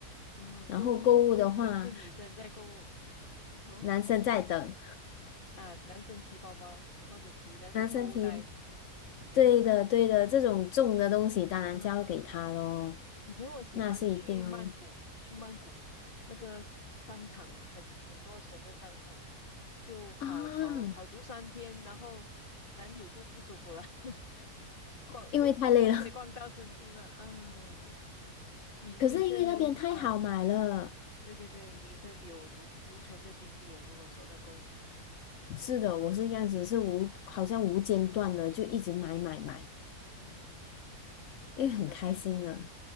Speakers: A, on the left; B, on the left.
A: 啊，
B: 然后购物的话，
A: 购物购物都是女生在购物，然后
B: 男生在等，
A: 啊，男生提包包或者提那些购物袋，
B: 男生提，对的对的，这种重的东西当然交给他咯，
A: 嗯、以前我喜欢去曼谷，
B: 那是一定哦。
A: 去曼谷那个商场很很多层的商场，就跑跑跑足三天，
B: 啊，
A: 然后男友就不舒服了，<laughs> 逛逛逛街逛到生病了啊！
B: 因为太累了，<laughs>
A: 女女生也啊，
B: 可是因为那边太好买了。
A: 对对对，女生有无无穷的精力啊。如果说到购物，
B: 是的，我是这样子，是无，好像无间断的就一直买买买，
A: 嗯，想起都开心啊。
B: 因为很开心了。